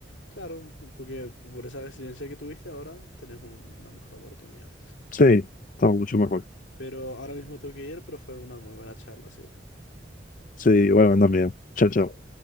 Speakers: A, on the left; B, on the left.
A: Claro, porque por esa resiliencia que tuviste ahora tenés un- una mejor oportunidad.
B: Sí, estaba mucho mejor.
A: Pero ahora mismo tengo que ir, pero fue una muy buena charla, sí.
B: Sí, bueno, también. Chao, chao.